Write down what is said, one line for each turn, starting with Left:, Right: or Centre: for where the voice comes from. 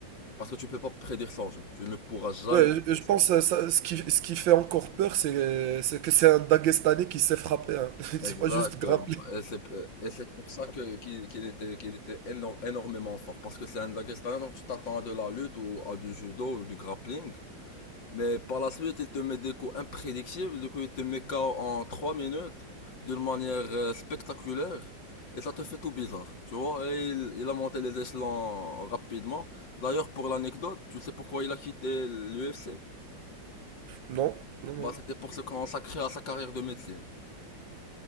Left: Parce que tu peux pas prédire son jeu. Tu ne pourras jamais.
Right: Ouais,
Left: prédire.
Right: je je pense euh, ça, ce qui, ce qui fait encore peur, c'est c'est que c'est un Daguestanais qui s'est frappé. hein. <laughs>
Left: Exactement.
Right: C'est pas juste grappler.
Left: Et c'est, et c'est pour ça que, qu'il, qu'il était, qu'il était éno- énormément fort. Parce que c'est un Dagestanais, donc tu t'attends à de la lutte ou à du judo ou du grappling. Mais par la suite, il te met des coups imprédictibles, du coup il te met KO en 3 minutes, d'une manière euh, spectaculaire, et ça te fait tout bizarre, tu vois, et il, il a monté les échelons rapidement. D'ailleurs, pour l'anecdote, tu sais pourquoi il a quitté l'UFC?
Right: Non, non,
Left: Bah,
Right: non.
Left: c'était pour se consacrer à sa carrière de médecine.